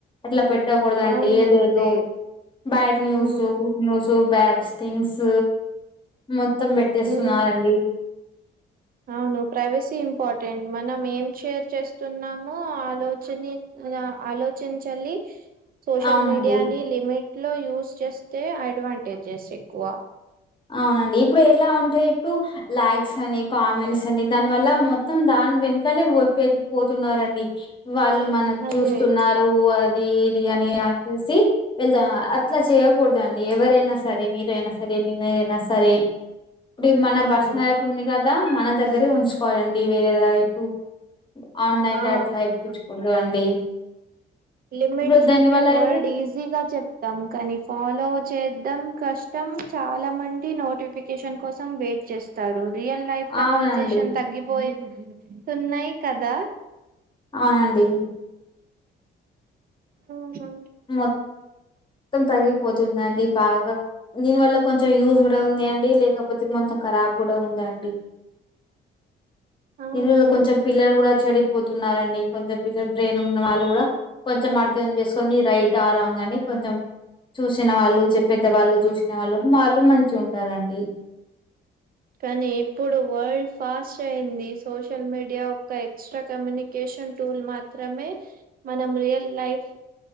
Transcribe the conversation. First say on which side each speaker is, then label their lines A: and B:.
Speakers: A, on the left (about 25°); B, on the right (about 45°).
A: అట్లా పె పేట్టకూడదాండి
B: అవును
A: ఏదో
B: అదే
A: ఏదో bad news,
B: um
A: good news, bads things మొత్తం పెట్టేస్తున్నారండి
B: ఉమ్ అవును ప్రైవసీ ఇంపార్టెంట్ మనం ఏం షేర్ చేస్తున్నామో ఆలోచనె అల ఆలోచించాలి సోషల్
A: అవునండి
B: మీడియాని లిమిట్ లో యూస్ చేస్తే అడ్వాంటేజెస్ ఎక్కువ
A: అవునండి ఇప్పుడు ఎలా అంటే ఇప్పుడు లైక్స్ అని కామెంట్స్ అని దానివల్ల మొత్తం దా దాని వెనకలే వపె పోతున్నరండి వాళ్ళు మనకి
B: అదే
A: చూస్తున్నారు ఇది ఇది అని అనేసి వెళ్దాం అట్లా చేయకూడదు అండి ఎవరైనా సరే మీరైనా సరే ఎదయినా సరే ఇప్పుడు
B: అవును
A: మన
B: అవును
A: పర్సనలు ఉంది కదా మన దగ్గరే ఉంచుకోవాలండి వేరే దగ ఎప్పుడు ఆన్లైన్
B: ఆ
A: అట్లా ఎక్కుకించకూడదు అండి
B: లిమిట్స్
A: ఇప్పుడు దానివల్ల
B: అన్ని వర్డ్
A: అయితే
B: ఈజీగా చెప్తాం కానీ ఫాలో చే కష్టం చాలా మంది నోటిఫికేషన్ కోసం వెయిట్ చేస్తారు రియల్ లైఫ్ కన్వర్సేషన్
A: అవునండి.
B: తగ్గిపోయి ఉన్నాయి కదా
A: అవునండి
B: ఆహా
A: మొ మొత్తం తగ్గిపోతుందండి బాగా దీనివల్ల కొంచెం యూజ్ కూడా ఉంది అండి లేకపోతే కరాబ్ కూడా ఉందండి
B: అవును
A: ఇల్లులో కొంచెం పిల్లలు కూడా చెడి పోతున్నారండి కొందరు పిల్లలు బ్రెయిన్ ఉన్న వాళ్ళు కూడా కొంచెం అర్థం చేసు రైట్ ఆ రాంగ్ అని కొంచెం చూసిన వాళ్ళు చెప్పే పెద్దవాళ్ళు చూసిన వాళ్ళు వాళ్ళు మంచిగా ఉంటారండి
B: కానీ ఇప్పుడు వరల్డ్ ఫాస్ట్ అయింది సోషల్ మీడియా ఒక ఎక్స్ట్రా కమ్యూనికేషన్ టూల్ మాత్రమే మనం రియల్ లైఫ్